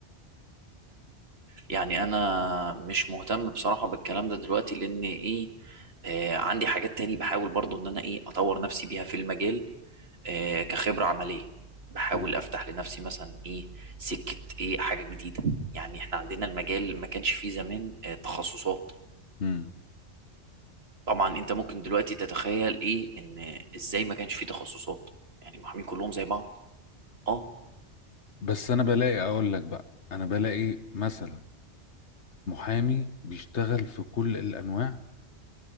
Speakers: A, on the right; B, on the left.
A: يعني انا مش مهتم بصراحة بالكلام ده دلوقتي لان ايه آه عندي حاجات تاني بحاول برضو ان انا ايه اطور نفسي بيها في المجال آه كخبرة عملية بحاول
B: مم.
A: افتح لنفسي مثلا ايه سكة ايه حاجة جديدة يعني احنا عندنا المجال ما كانش فيه زمان آه تخصصات
B: مم.
A: طبعا انت ممكن دلوقتي تتخيل ايه ان ازاي ما كانش فيه تخصصات يعني المحامين كلهم زي بعض اه
B: بس انا بلاقي اقول لك بقى انا بلاقي مثلا محامي بيشتغل في كل الانواع